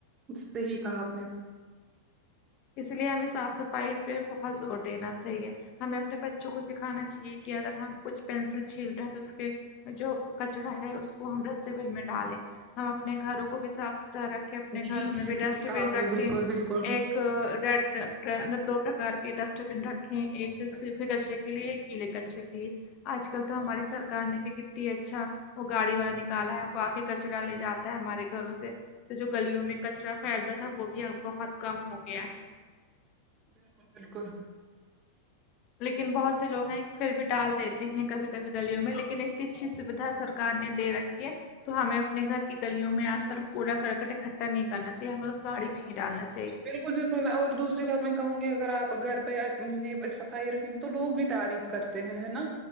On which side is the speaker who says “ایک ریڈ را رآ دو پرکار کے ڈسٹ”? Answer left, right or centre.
Left